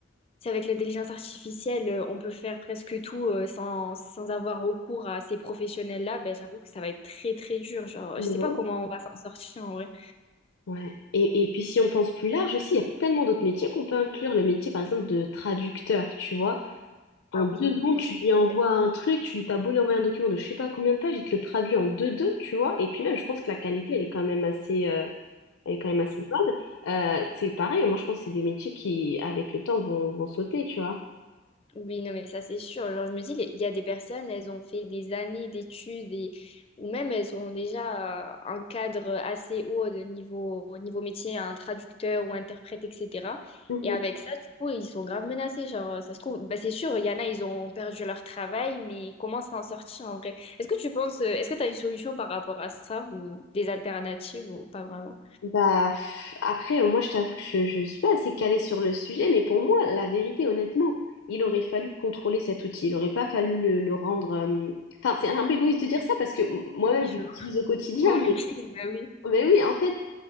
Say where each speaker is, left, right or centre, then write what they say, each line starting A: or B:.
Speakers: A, on the left (about 30°); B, on the left (about 85°).
A: si avec l'intelligence artificielle, euh, on peut faire presque tout euh, sans, sans avoir recours à ces professionnels-là, ben, j'avoue que ça va être très très dur. Genre,
B: Ben
A: je sais pas
B: oui.
A: comment on va s'en sortir en vrai.
B: Ouais. Et, et puis si on pense plus large aussi, il y a tellement d'autres métiers qu'on peut inclure. Le métier, par exemple, de traducteur, tu vois. En
A: Ah
B: deux
A: oui,
B: secondes,
A: ouais.
B: tu lui envoies
A: c'est
B: un truc, tu t'as beau lui envoyer un document de je sais pas combien de pages, il te le traduit en deux-deux, tu vois. Et puis même, je pense que la qualité, elle est quand même assez, euh, elle est quand même assez bonne. Euh, c'est pareil, moi je pense que c'est des métiers qui, avec le temps, vont, vont sauter, tu vois.
A: Oui, non, mais ça c'est sûr. Genre, je me dis, les- il y a des personnes, elles ont fait des années d'études et... ou même elles ont déjà euh, un cadre assez haut de niveau... au niveau métier, un traducteur ou interprète, etc.
B: Mhm.
A: Et avec ça, du coup, ils sont grave menacés. Genre, euh, ça se trouve, bah, c'est sûr, il y en a, ils ont perdu leur travail, mais comment s'en sortir en vrai? Est-ce que tu penses, euh, est-ce que tu as une solution par rapport à ça ou des alternatives ou pas vraiment?
B: Bah, pff, après, moi, je t'avoue que je ne suis pas assez calée sur le sujet, mais pour moi, la vérité, honnêtement, il aurait fallu contrôler cet outil. Il n'aurait pas fallu le, le rendre. euh, Enfin, c'est un peu égoïste de dire ça parce que m- moi-même,
A: Oui,
B: je
A: je
B: l'utilise
A: vois.
B: au quotidien,
A: On
B: mais
A: l'utilise, bah oui.
B: Mais oui, en fait,